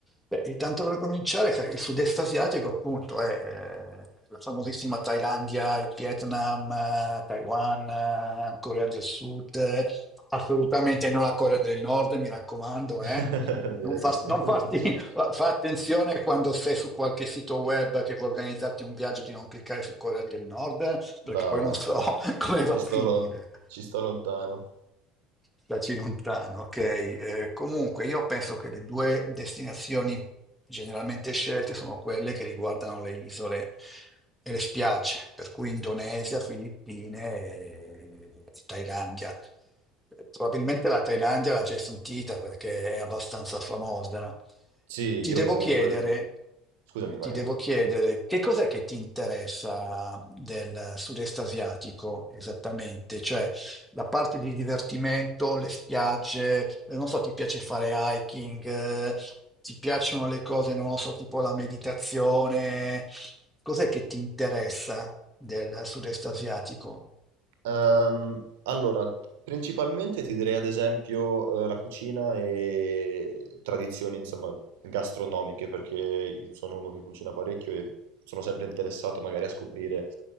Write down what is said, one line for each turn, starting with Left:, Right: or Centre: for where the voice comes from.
Centre: Beh, intanto per cominciare, che il sud-est asiatico appunto è eh, la famosissima Thailandia, il Vietnam, eh, Taiwan, eh, Corea del Sud. Assolutamente non la Corea del Nord, mi raccomando,
Right: <laughs>
Centre: eh.
Right: Direi
Centre: Non, far-
Right: di sì.
Centre: non
Right: <laughs>
Centre: farti, <laughs> fa attenzione quando sei su qualche sito web che vuoi organizzarti un viaggio di non cliccare su Corea del Nord, perché
Right: No,
Centre: poi
Right: no,
Centre: non so <laughs> come
Right: ci
Centre: va a
Right: sto,
Centre: finire.
Right: lon- ci sto lontano.
Centre: Staci lontano, ok. Eh, comunque io penso che le due destinazioni generalmente scelte sono quelle che riguardano le isole e le spiagge, per cui Indonesia, Filippine e, e Thailandia. Eh, Probabilmente la Thailandia l'ha già sentita perché è abbastanza famosa. no?
Right: Sì,
Centre: Ti
Right: io
Centre: devo
Right: comunque...
Centre: chiedere,
Right: Scusami, vai,
Centre: ti devo
Right: vai.
Centre: chiedere che cos'è che ti interessa del sud-est asiatico esattamente? Cioè, la parte di divertimento, le spiagge, eh, non so, ti piace fare hiking, eh, ti piacciono le cose, non lo so, tipo la meditazione. Cos'è che ti interessa del sud-est asiatico?
Right: Ehm, allora, principalmente ti direi ad esempio eh, la cucina e tradizioni, insomma, gastronomiche, perché io sono uno che cucina parecchio e sono sempre interessato magari a scoprire